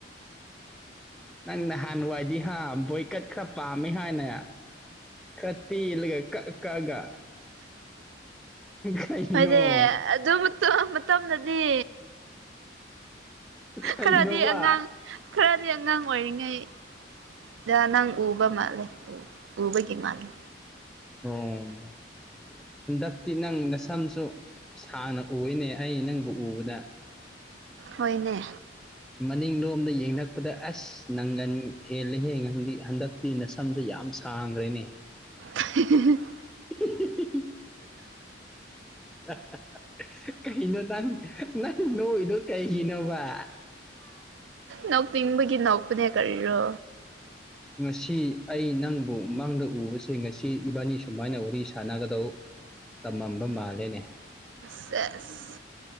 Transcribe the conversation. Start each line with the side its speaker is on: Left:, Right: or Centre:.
Centre: ꯅꯪ ꯅꯍꯥꯟꯋꯥꯏꯗꯤ ꯍꯥ ꯕꯣꯏꯀꯠ ꯈꯔ ꯄꯥꯝꯃꯤ ꯍꯥꯏꯅꯦ ꯀꯠꯇꯤ ꯏꯂꯒ ꯀ ꯀꯒ ꯀꯩꯅꯣ
Right: ꯃꯗꯦ ꯑꯗꯨ ꯃꯇꯝꯗꯗꯤ
Centre: ꯀꯩꯅꯣꯕ
Right: ꯈꯔꯗꯤ ꯑꯉꯥꯡ ꯈꯔꯗꯤ ꯑꯉꯥꯡ ꯑꯣꯏꯔꯤꯉꯩ ꯗ ꯅꯪ ꯎꯕ ꯃꯥꯜꯂꯦ ꯎꯕꯒꯤ ꯃꯥꯜꯂꯦ
Centre: ꯍꯝ ꯍꯟꯗꯛꯇꯤ ꯅꯪ ꯅꯁꯝꯁꯨ ꯁꯥꯡꯅ ꯎꯅꯦ ꯑꯩ ꯅꯪꯕꯨ ꯎꯕꯗ
Right: ꯍꯣꯏꯅꯦ
Centre: ꯃꯅꯤꯡꯂꯣꯝꯗ ꯌꯦꯡꯛꯄꯗ ꯑꯁ ꯅꯪꯒꯟ ꯍꯦꯂꯦ ꯍꯦ ꯍꯟꯗꯛ ꯃꯤꯅ ꯁꯝꯁꯨ ꯌꯥꯝ ꯁꯥꯡꯈ꯭ꯔꯦꯅꯦ
Right: <inaudible>
Centre: <unintelligible> <inaudible> ꯀꯩꯅꯣ ꯅꯪ ꯅꯪ ꯅꯣꯏꯗꯣ ꯀꯩꯒꯤꯅꯕ
Right: ꯅꯣꯛꯅꯤꯡꯕꯒꯤ ꯅꯣꯛꯄꯅꯦ ꯀꯔꯤꯔꯣ
Centre: ꯉꯁꯤ ꯑꯩ ꯅꯪꯕꯨ ꯃꯥꯡꯗ ꯎꯕꯁꯦ ꯉꯁꯤ ꯏꯕꯥꯅꯤ ꯁꯨꯃꯥꯏꯅ ꯋꯥꯔꯤ ꯁꯥꯟꯅꯒꯗꯧ ꯇꯝꯃꯝꯕ ꯃꯥꯜꯂꯦꯅꯦ
Right: ꯑꯦ